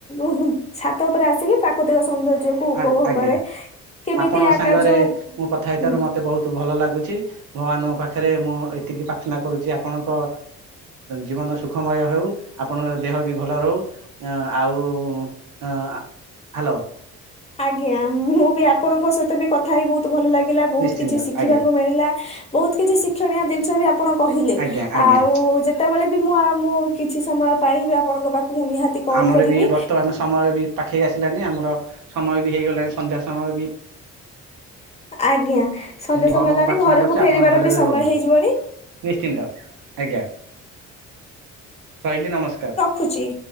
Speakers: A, on the left; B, on the right.
A: ଉହୁଂ ଛାତ ଉପରେ ଆସିକି ପ୍ରାକୃତିକ ସୌନ୍ଦର୍ଯ୍ୟ କୁ ଉପଭୋଗ
B: ଆ ଆଜ୍ଞା
A: କରେ। କେମିତି
B: ଆପଣଙ୍କ
A: ଆକାର
B: ସାଙ୍ଗରେ
A: ଯୋଉ
B: ମୁଁ କଥା ହେଇଥିବାରୁ
A: ହୁଁ।
B: ମତେ ବହୁତ ଭଲ ଲାଗୁଛି ଭଗବାନଙ୍କ ପାଖରେ ମୁଁ ଏତିକି ପ୍ରାର୍ଥନା କରୁଛି ଆପଣଙ୍କ ଜୀବନ ସୁଖମୟ ହଉ, ଆପଣଙ୍କର ଦେହ ବି ଭଲ ରହୁ। ଆଉ ଆ ହ୍ୟାଲୋ।
A: ଆଜ୍ଞା ମୁଁ ବି ଆପଣଙ୍କ ସହିତ ବି କଥା ହେଇ ବହୁତ ଭଲ ଲାଗିଲା ବହୁତ
B: ନିଶ୍ଚିନ୍ତ
A: କିଛି ଶିଖିବାକୁ
B: ଆଜ୍ଞା।
A: ମିଳିଲା। ବହୁତ କିଛି ଶିକ୍ଷଣୀୟ ଜିନିଷ ବି ଆପଣ କହିଲେ
B: ଆଜ୍ଞା ଆଜ୍ଞା
A: ଆଉ ଯେ ଯେତେବେଳେ ବି ମୁଁ ଆଉ ମୁଁ କିଛି ସମୟ ପାଇଵି ଆପଣଙ୍କ ପାଖକୁ ମୁଁ ନିହାତି କଲ୍
B: ଆମର
A: କରିବି।
B: ବି ବର୍ତ୍ତମାନ ସମୟ ବି ପାଖେଇ ଆସିଲାନି, ଆମର ସମୟ ବି ହେଇଗଲା ସନ୍ଧ୍ୟା ସମୟ ବି।
A: ଆଜ୍ଞା ସନ୍ଧ୍ୟା
B: ଭଗବାନଙ୍କୁ
A: ସମୟ ହେଲାଣି
B: ପ୍ରାର୍ଥନା
A: ଘରକୁ
B: କରୁଛି
A: ଫେରିବାର
B: ଆପଣ ଭଲରେ
A: ବି ସମୟ
B: ରୁହନ୍ତୁ।
A: ହେଇଯିବଣି?
B: ନିଶ୍ଚିନ୍ତ ଆଜ୍ଞା ରହିଲି ନମସ୍କାର।
A: ଖୁଛି।